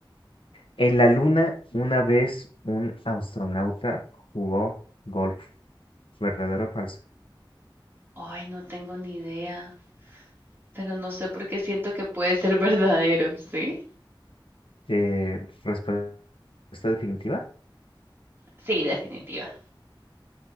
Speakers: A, on the left; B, on the right.
A: En la luna, una vez un astronauta jugó golf. ¿Verdadero o falso?
B: Ay, no tengo ni idea, pero no sé por qué siento que puede ser <laughs> verdadero, ¿sí?
A: Eh, respuesta definitiva.
B: Sí, definitiva.